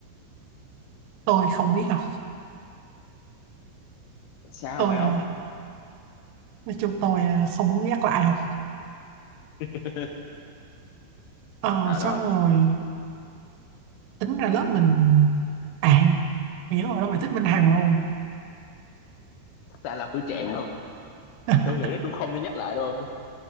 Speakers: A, on the right (about 80°); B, on the left (about 80°).
A: tôi không biết đâu
B: sao
A: tôi
B: vậy không
A: ờ, nói chung tôi à, không muốn nhắc lại đâu
B: <laughs>
A: ờ,
B: sao
A: xong
B: đâu
A: rồi tính ra lớp mình à mày nhớ hồi đó mày thích Minh Hằng không
B: tại làm tuổi trẻ không
A: <laughs>
B: tôi nghĩ nó cũng không nên nhắc lại đâu